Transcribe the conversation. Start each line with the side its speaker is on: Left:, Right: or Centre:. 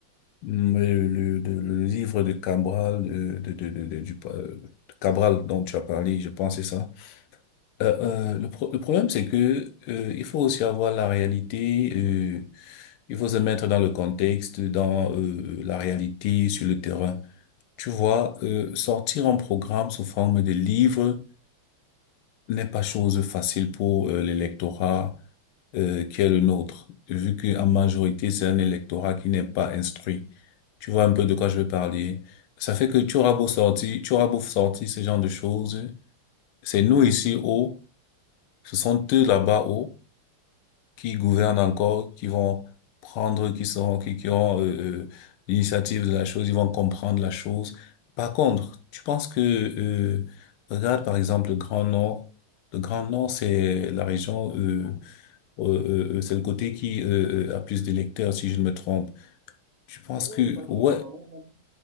Left: le, le- de- le livre de Cabral, de, de, de, de- de- du, euh, de Cabral dont tu as parlé, je pense, c'est ça. Euh, euh,
Right: Oh,
Left: le, pro- le problème, c'est que euh, il faut aussi avoir la réalité, euh, il faut se mettre dans le contexte, dans euh, la réalité sur le terrain. Tu vois, euh, sortir un programme sous forme de livre n'est pas chose facile pour euh, l'électorat euh, qui est le nôtre, vu qu'en majorité, c'est un électorat qui n'est pas instruit. Tu vois un peu de quoi je veux
Right: ouais.
Left: parler. Ça fait que tu auras
Right: Parce
Left: beau
Right: que, bon.
Left: sortir, tu auras beau sortir ce genre de choses. C'est nous ici haut, ce sont eux là-bas haut qui gouvernent
Right: Mhm.
Left: encore, qui vont prendre, qui sont, qui, qui ont euh, euh, l'initiative de la chose, ils vont comprendre la chose. Par contre, tu penses que, euh, regarde par exemple le Grand Nord. Le Grand Nord, c'est la région, euh, euh, euh, euh, c'est le côté qui euh, euh, a plus d'électeurs, si je ne me trompe. Tu penses
Right: Oh,
Left: que,
Right: ouais, quand tu,
Left: ouais,
Right: normalement, quand tu,